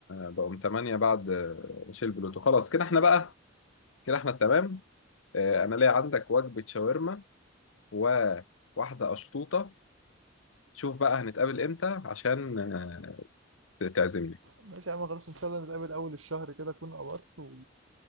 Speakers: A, on the left (about 80°); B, on the right (about 85°).
A: بقوا ثمانية بعد آه، شيل بلوتو خلاص كده احنا بقى كده احنا التمام آه، أنا ليا عندك وجبة شاورما وواحدة أشطوطة شوف بقى هنتقابل امتى عشان آه، تعزمني
B: ماشي يا عم خلاص ان شاء الله نتقابل اول الشهر كده اكون قبضت و...